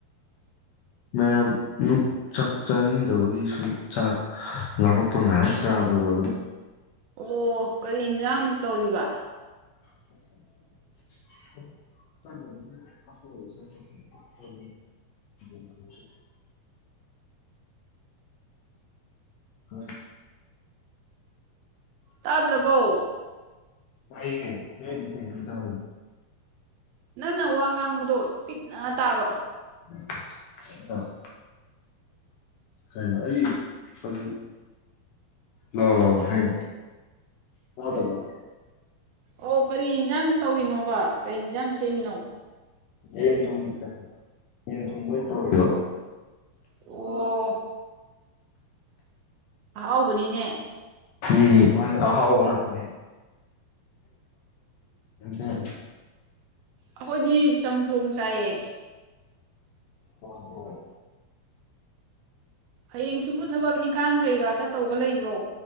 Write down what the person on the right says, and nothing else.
ꯑꯣ ꯀꯔꯤ ꯌꯦꯟꯁꯥꯡ ꯇꯧꯔꯤꯕ
ꯇꯥꯗ꯭ꯔꯕꯣ
ꯅꯪꯅ ꯋꯥ ꯉꯥꯡꯕꯗꯣ ꯄꯤꯛꯅ ꯇꯥꯕ
ꯑꯣ ꯀꯔꯤ ꯌꯦꯟꯁꯥꯡ ꯇꯧꯔꯤꯅꯣꯕ ꯀꯔꯤ ꯌꯦꯟꯖꯥꯡ ꯁꯦꯝꯃꯤꯅꯣ
ꯑꯣ ꯑꯍꯥꯎꯕꯅꯤꯅꯦ
ꯑꯩꯈꯣꯏꯗꯤ ꯆꯝꯊꯣꯡ ꯆꯥꯏꯑ
ꯍꯌꯦꯡꯁꯤꯕꯨ ꯊꯕꯛ ꯏꯪꯈꯥꯡ ꯀꯩꯀꯥ ꯆꯠꯇꯧꯕꯒ ꯂꯩꯕ꯭ꯔꯣ